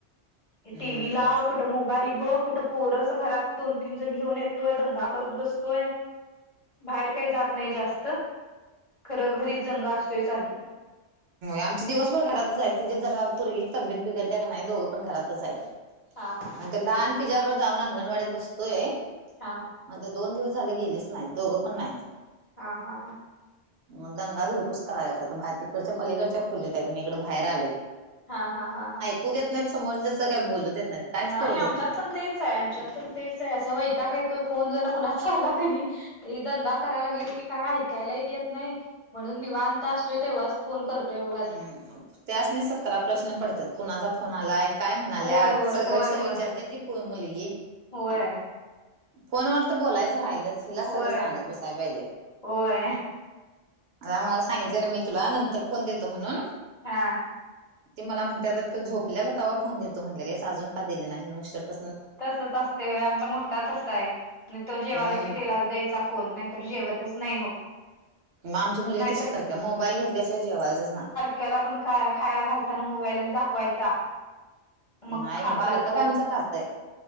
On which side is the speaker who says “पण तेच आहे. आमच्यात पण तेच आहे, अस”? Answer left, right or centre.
Left